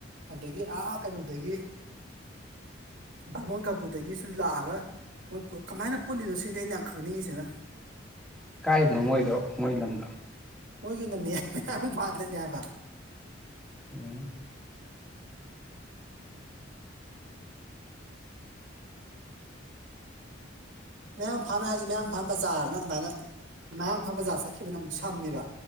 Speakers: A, on the right (about 75°); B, in the centre.
A: ꯑꯗꯒꯤ ꯑ ꯀꯩꯅꯣꯗꯒꯤ ꯕꯥꯕꯣꯟ ꯀꯝꯕꯨꯗꯒꯤꯁꯨ ꯂꯥꯛꯑꯒ ꯃꯣꯏ ꯀꯃꯥꯏꯅ ꯄꯨꯜꯂꯤꯅꯣ ꯁꯤꯅꯤꯗ ꯑꯩꯅ ꯌꯥꯝ ꯈꯪꯅꯤꯡꯉꯤꯁꯤꯅ
B: ꯀꯥꯏꯗꯅꯣ ꯃꯣꯏꯗꯣ ꯃꯣꯏ ꯂꯝꯗꯣ
A: ꯃꯣꯏꯒꯤꯅ ꯃꯌꯥ ꯃꯌꯥꯝ ꯐꯥꯗꯅꯤ ꯍꯥꯏꯕ
B: ꯎꯝ
A: ꯃꯌꯥꯡꯐꯥꯟ ꯍꯥꯏꯔꯁꯨ ꯃꯌꯥꯡꯐꯥꯥꯟ ꯕꯖꯥꯔꯅ ꯑꯗꯨꯃꯥꯏꯅ ꯃꯌꯥꯡꯐꯥꯟ ꯕꯖꯥꯔ ꯆꯠꯈꯤꯕꯅ ꯑꯃꯨꯛ ꯁꯝꯃꯦꯕ